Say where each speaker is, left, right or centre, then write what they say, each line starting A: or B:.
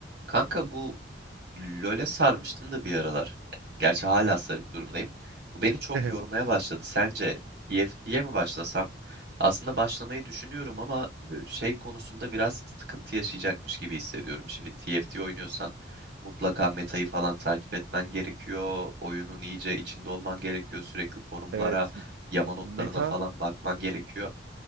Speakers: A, on the right; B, on the right.
A: Kanka bu LoL'e sarmıştım da bir aralar. Gerçi hala sarık durumdayım. Bu beni çok
B: <laughs>
A: yormaya başladı. Sence TFT'ye mi başlasam? Aslında başlamayı düşünüyorum ama e, şey konusunda biraz sıkıntı yaşayacakmış gibi hissediyorum. Şimdi TFT oynuyorsan mutlaka metayı falan takip etmen gerekiyor. Oyunun iyice içinde olman gerekiyor. Sürekli forumlara,
B: Evet.
A: yama notlarına
B: Meta.
A: falan bakman gerekiyor.